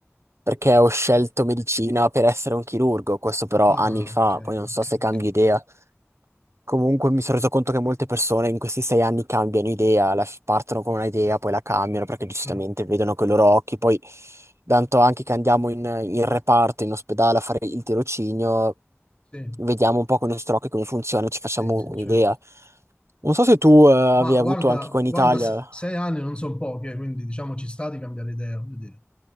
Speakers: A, on the right; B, on the left.
A: perché ho scelto medicina per essere un chirurgo, questo però
B: Ah,
A: anni fa,
B: ok,
A: poi non
B: ok,
A: so se cambi
B: ok.
A: idea. Comunque mi sono reso conto che molte persone in questi sei anni cambiano idea, la- partono con un'idea, poi la cambiano perché giustamente
B: Mm,
A: vedono con i loro occhi, poi tanto anche che andiamo in, in reparto, in ospedale a fare il tirocinio,
B: Sì,
A: vediamo un po' con i nostri occhi come funziona, ci facciamo
B: sì, sì,
A: un'idea.
B: certo.
A: Non so se tu eh, avevi
B: Ma
A: avuto
B: guarda,
A: anche qua in
B: guarda,
A: Italia,
B: se- sei anni non sono poche, quindi diciamo ci sta di cambiare idea, voglio dire.